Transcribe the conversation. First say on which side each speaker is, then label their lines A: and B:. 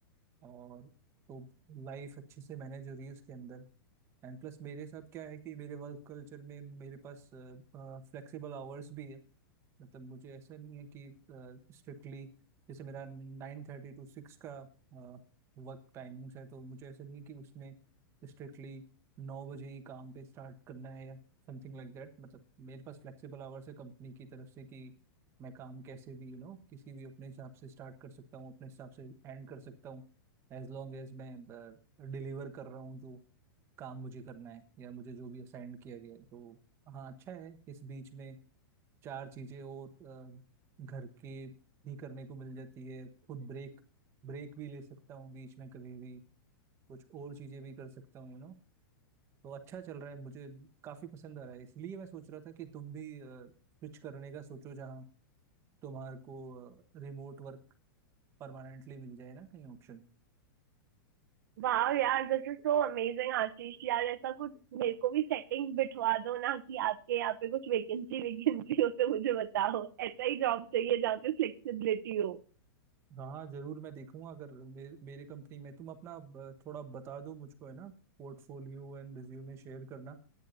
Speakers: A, on the right (about 20°); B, on the right (about 55°).
A: और तो लाइफ अच्छे से मैनेज हो रही है उसके अंदर एंड प्लस मेरे साथ क्या है कि मेरे वर्क कल्चर में मेरे पास फ्लेक्सिबल आवर्स भी है मतलब मुझे ऐसा नहीं है कि स्ट्रिक्टली जैसे मेरा नाइन थर्टी टू सिक्स का वर्क टाइमिंग्स है तो मुझे ऐसा नहीं है कि उसमें स्ट्रिक्टली नौ बजे ही काम पे स्टार्ट करना है या समथिंग लाइक दैट मतलब मेरे पास फ्लेक्सिबल आवर्स है कंपनी की तरफ से कि मैं काम कैसे भी यू you नो know, किसी भी अपने हिसाब से स्टार्ट कर सकता हूँ अपने हिसाब से एंड कर सकता हूँ एज लॉन्ग एज मैं डिलीवर कर रहा हूँ जो काम मुझे करना है या मुझे जो भी असाइन किया गया है तो हाँ अच्छा है इस बीच में चार चीजें और अ, घर के भी करने को मिल जाती है खुद ब्रेक ब्रेक भी ले सकता हूँ बीच में कभी भी कुछ और चीजें भी कर सकता हूँ यू नो तो अच्छा चल रहा है मुझे काफी पसंद आ रहा है इसलिए मैं सोच रहा था कि तुम भी स्विच करने का सोचो जहाँ तुम्हारे को रिमोट वर्क परमानेंटली मिल जाए ना कहीं ऑप्शन
B: वाह यार this is so amazing Ashish यार ऐसा कुछ मेरे को भी सेटिंग्स बिठवा दो ना कि आपके यहाँ पे कुछ वैकेंसी वैकेंसी हो तो मुझे बताओ ऐसा ही जॉब चाहिए जहाँ पे फ्लेक्सिबिलिटी हो
A: हाँ जरूर मैं देखूंगा अगर मेरे, मेरे कंपनी में तुम अपना ब- थोड़ा बता दो मुझको है ना पोर्टफोलियो एंड रिज्यूमे शेयर करना